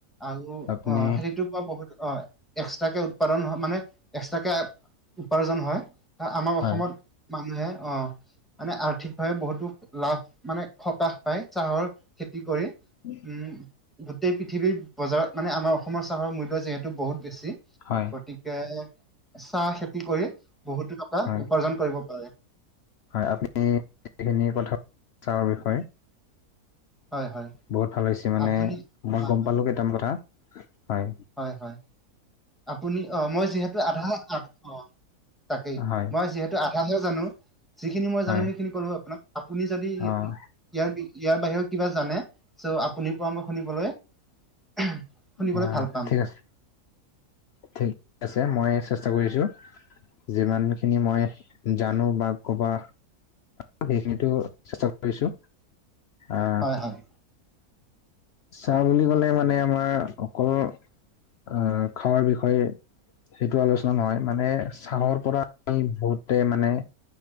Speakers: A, in the centre; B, on the left.
A: আৰু
B: আপুনি
A: অ সেইটোক বহুতো হয় এক্সট্ৰাকে উৎপাদন হয় মানে এক্সট্ৰাকে উপাৰ্জন হয়। আমাৰ অসমত
B: হয়,
A: মানুহে অ মানে আৰ্থিকভাৱে বহুতো লাভ মানে সকাহ পায় চাহৰ খেতি কৰি।
B: উ।
A: উম, গোটেই পৃথিৱীৰ বজাৰত মানে আমাৰ অসমৰ চাহৰ মূল্য যিহেতু বহুত বেছি।
B: হয়।
A: গতিকে চাহ খেতি কৰি বহুতো টকা
B: হয়,
A: উপাৰ্জন কৰিব পৰা যায়।
B: হয় আমি সেইখিনি কথা চাহৰ বিষয়ে
A: হয় হয়
B: বহুত ভাল হৈছে মানে
A: আপুনি
B: মই
A: হয়
B: গম পালো কেইটামান কথা। হয়,
A: হয়-হয়, আপুনি অ মই যিহেতু আধা আধ অ' তাকেই,
B: হয়,
A: মই যিহেতু আধাহে জানো যিখিনি মই
B: হয়,
A: জানো সেইখিনি কলো আপোনাক। আপুনি যদি
B: অ'।
A: ইয়াৰ ইয়াৰ বাহিৰেও কিবা জানে চ' আপুনি পৰামৰ্শ শুনিবলৈ শুনিবলৈ
B: অ',
A: ভাল পাম
B: ঠিক আছে, ঠিক আছে। মই চেষ্টা কৰিছো যিমান খিনি মই জানো বা ক'বা <unintelligible> সেইটো চেষ্টা কৰিছো। আহ
A: হয় হয়
B: চাহ বুলি ক'লে মানে আমাৰ অকল আহ খাৱাৰ বিষয়ে সেইটো আলোচনা নহয় মানে ছাহৰ পৰা আমি বহুতে মানে